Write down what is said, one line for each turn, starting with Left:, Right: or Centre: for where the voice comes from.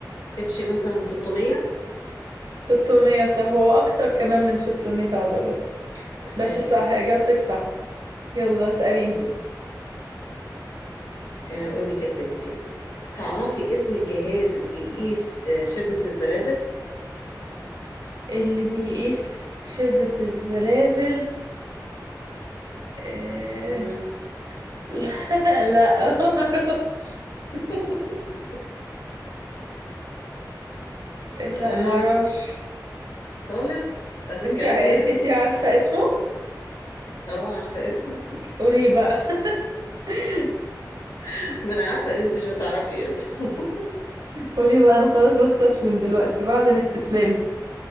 Left: تمشي مثلا 600
Right: 600 صح هو اكتر كمان من 600 عضلة
Left: تمام
Right: بس صح اجابتك صح يلا اسأليني
Left: تمام آه، قول لك يا ستي تعرفي اسم الجهاز اللي بيقيس آه، شدة الزلازل؟
Right: اللي بيقيس شدة الزلازل آه...
Left: مم.
Right: <laughs> لا لا معرفش
Left: <laughs>
Right: لا
Left: آه
Right: معرفش
Left: خالص آخر
Right: انت
Left: كلام يعني
Right: انت عارفة اسمه
Left: اه عارفة اسمه
Right: قولي بقى <laughs>
Left: <laughs> ما انا عارفة ان انت مش هتعرفي اسمه
Right: قولي بقى انا خلاص بستسلم دلوقتي بعلن استسلامي